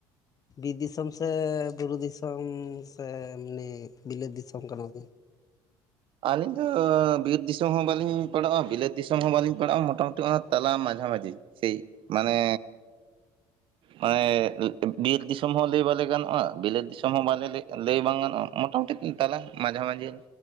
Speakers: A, on the left; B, on the right.
A: ᱵᱤᱨ ᱫᱤᱥᱚᱢ ᱥᱮ ᱵᱩᱨᱩ ᱫᱤᱥᱚᱢ ᱥᱮ ᱮᱢᱱᱤ ᱵᱤᱞᱟᱹᱛ ᱫᱤᱥᱚᱢ ᱠᱟᱱᱟᱵᱤᱱ
B: ᱟᱹᱞᱤᱧ ᱫᱚ ᱵᱤᱨ ᱫᱤᱥᱚᱢ ᱦᱚᱸ ᱵᱟᱹᱞᱤᱧ ᱯᱟᱲᱟᱜᱼᱟ ᱵᱤᱞᱟᱹᱛ ᱫᱤᱥᱚᱢ ᱦᱚᱸ ᱵᱟᱹᱞᱤᱧ ᱯᱟᱲᱟᱜᱼᱟ ᱢᱚᱴᱟᱢᱩᱴᱤ ᱚᱱᱟ ᱛᱟᱞᱟ ᱢᱟᱡᱷᱟᱼᱢᱟᱡᱷᱤ ᱥᱮᱭ ᱢᱟᱱᱮ ᱢᱟᱱᱮ ᱵᱤᱨ ᱫᱤᱥᱚᱢ ᱦᱚᱸ ᱞᱟᱹᱭ ᱵᱟᱞᱮ ᱜᱟᱱᱚᱜᱼᱟ ᱵᱤᱞᱟᱹᱛ ᱫᱤᱥᱚᱢ ᱦᱚᱸ ᱵᱟᱞᱮ ᱞᱟᱹᱭ ᱵᱟᱝ ᱜᱟᱱᱚᱜᱼᱟ ᱢᱚᱴᱟ ᱢᱩᱴᱤᱱ ᱛᱟᱞᱟ ᱢᱟᱡᱷᱟ ᱢᱟᱡᱷᱤ